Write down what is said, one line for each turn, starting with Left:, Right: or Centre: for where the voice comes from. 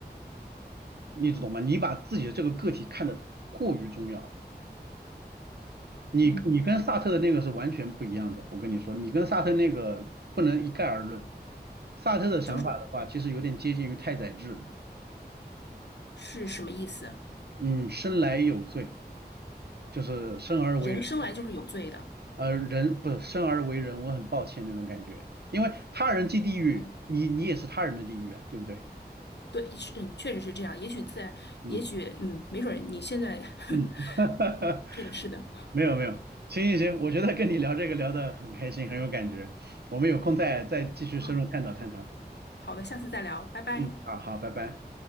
Right: 你懂吗？你把自己的这个个体看得过于重要，你你跟萨特的那个是完全不一样的，
Left: 嗯。
Right: 我跟你说，你跟萨特那个不能一概而论。萨特的想法的话，
Left: 就是
Right: 其实有点接近于太宰治，
Left: 是什么意思？
Right: 嗯，生来有罪，就是生而为人。
Left: 人生来就是有罪的。
Right: 呃，人不是生而为人，我很抱歉那种感觉，因为他人即地狱，
Left: 哦，
Right: 你你也是他人的地狱啊，对不对？
Left: 对，是嗯，确实是这样。也许在，
Right: 嗯
Left: 也许，嗯，没准儿你现在
Right: 嗯，
Left: <laughs>，
Right: <laughs>
Left: 是的，是的。
Right: 没有没有，行行行，我觉得跟你聊这个聊得很开心，很有感觉，我们有空再再继续深入探讨探讨。
Left: 好，好的，下次再聊，拜拜。
Right: 嗯，好好，拜拜。